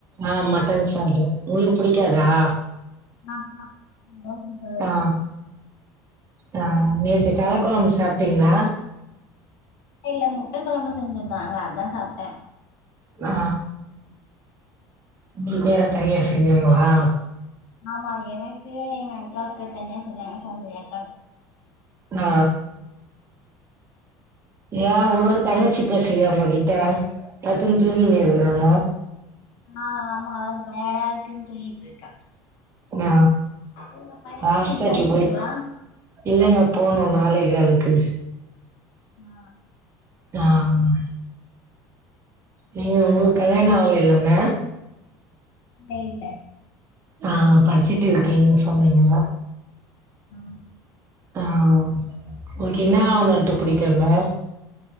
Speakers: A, on the right (about 30°); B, on the left (about 70°).
A: ஆ மட்டன் சாப்டுவ உங்களுக்கு பிடிக்காதா
B: அ ஆ ரொம்ப புடிக்
A: ஆ ஆ நேத்து தலக்கொழம்பு சாப்ட்டீங்ளா
B: இல்லல்ல முட்ட கொழம்பு செஞ்சிருந்தாங்க அதா சாப்ட்ட
A: ஆ உங்களுக்கு வேற தனியா செஞ்சாங்ளா
B: ஆமா எனக்கு எங்க அக்காக்கு தனியா செஞ்சாங்க சோம்பேறி அக்காக்
A: ஆ ஏன் உன்னொரு தங்கச்சி பேசலையா உங்ககிட்ட பத்துன் தூங்கீனு இருக்குறாங்க
B: ஆ ஆமா அவ டாயடா இருக்குன் தூங்கிட்ருக்கா
A: ஆ
B: உங்க பையன
A: ஹாஸ்பிட்டல்
B: கூட்டு வந்ட்டீங்ளா
A: போய் இல்லங்க போனு நாலே காலுக்கு
B: ஆ
A: <unintelligible> நீங்க உங்ளுக்கு கல்யாணோ ஆவல இல்லங்க
B: இல்ல இல்ல
A: ஆ படிச்சுட் இருக்கீங்ன்னு சொன்னீங்க
B: அ
A: தா உங்ளுக்கு என்னா அவனுன்ட்டு புடிக்குங்க